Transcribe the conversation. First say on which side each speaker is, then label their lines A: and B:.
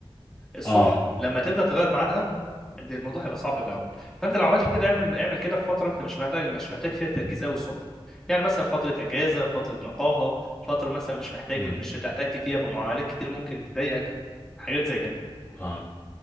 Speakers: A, in the centre; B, on the left (about 25°).
A: الصبح
B: اه
A: لما تبدا تغير ميعادها ده الموضوع هيبقى صعب في الاول فانت لو عملت كده اعمل اعمل كده في فتره انت مش محتاج مش محتاج فيها تركيز قوي الصبح يعني مثلا فتره اجازه فتره نقاهه فتره مثلا مش محتاج
B: مم.
A: مش هتحتك فيها بمعاملات كتير ممكن تضايقك حاجات زي كده
B: اه